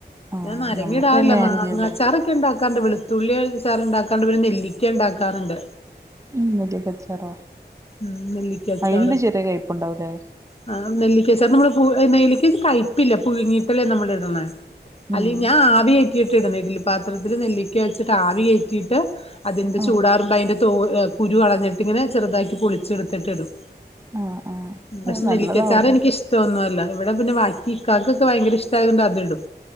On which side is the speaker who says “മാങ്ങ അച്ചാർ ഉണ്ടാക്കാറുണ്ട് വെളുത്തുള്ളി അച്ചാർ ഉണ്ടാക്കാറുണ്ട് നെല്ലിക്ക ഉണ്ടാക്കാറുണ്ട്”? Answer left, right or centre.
Left